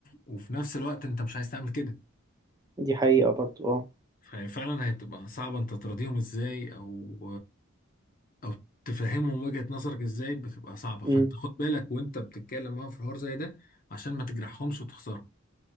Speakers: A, on the left; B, on the right.
A: وفي نفس الوقت انت مش عايز تعمل كده
B: دي حقيقة برضو اه
A: ففعلا هي بتبقى صعبة انت تراضيهم ازاي او او تفهمهم وجهة نظرك ازاي بتبقى صعبة
B: مم.
A: فانت خد بالك وانت بتتكلم معاهم في حوار زي ده عشان ما تجرحهمش وتخسرهم